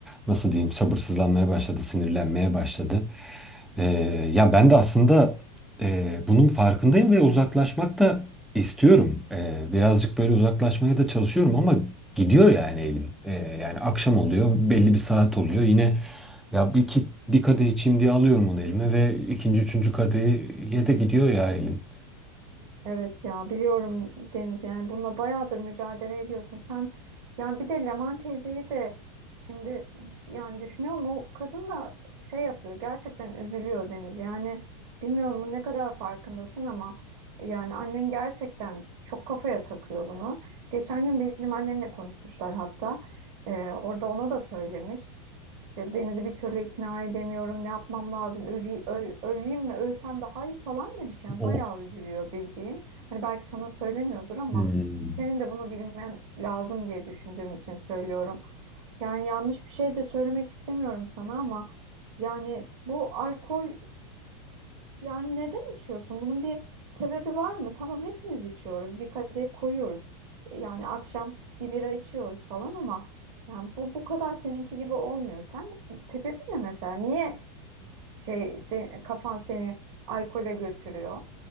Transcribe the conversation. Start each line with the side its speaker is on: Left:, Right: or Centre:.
Centre: nasıl diyeyim sabırsızlanmaya başladı, sinirlenmeye başladı. E, ya ben de aslında e, bunun farkındayım ve uzaklaşmak da istiyorum. E, birazcık böyle uzaklaşmaya da çalışıyorum ama gidiyor yani elim. E, yani akşam oluyor, belli bir saat oluyor yine. Ya bir, iki, bir kadeh içeyim diye alıyorum onu elime ve ikinci, üçüncü kadehiye de gidiyor ya elim.
Right: Evet ya biliyorum Deniz yani bununla bayağıdır mücadele ediyorsun. Sen yani bir de Leman teyzeyi de şimdi yani düşünüyorum o kadın da şey yapıyor gerçekten üzülüyor Deniz. Yani bilmiyorum bu ne kadar farkındasın ama yani annen gerçekten çok kafaya takıyor bunu. Geçen gün benim annemle konuşmuşlar hatta Ee, orada ona da söylemiş. İşte Deniz'i bir türlü ikna edemiyorum. Ne yapmam lazım? Öle- öl- öleyim mi? Ölsem daha iyi falan demiş yani.
Centre: Oh.
Right: Bayağı üzülüyor bildiğin. Hani belki sana söylemiyordur ama
Centre: Hmm.
Right: senin de bunu bilmen lazım diye düşündüğüm için söylüyorum. Yani yanlış bir şey de söylemek istemiyorum sana ama yani bu alkol yani neden içiyorsun? Bunun bir sebebi var mı? Tamam hepimiz içiyoruz. Bir kadeh koyuyoruz. Yani akşam bir bira içiyoruz falan ama yani bu bu kadar seninki gibi olmuyor. Sen sebebi ne mesela? Niye şey se- kafan seni alkole götürüyor?